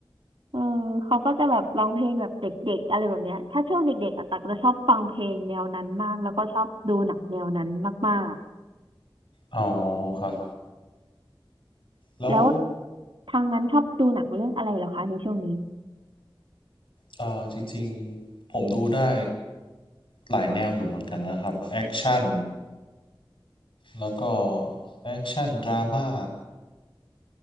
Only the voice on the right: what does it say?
เออเขาก็จะแบบร้องเพลงแบบเด็กๆอะไรแบบเนี้ยถ้าช่วงเด็กๆอะตักจะชอบฟังเพลงแนวนั้นมากแล้วก็ชอบดูหนังแนวนั้นมาก
ๆ
แล้วทางนั้นชอบดูหนังเรื่องอะไรเหรอคะในช่วงนี้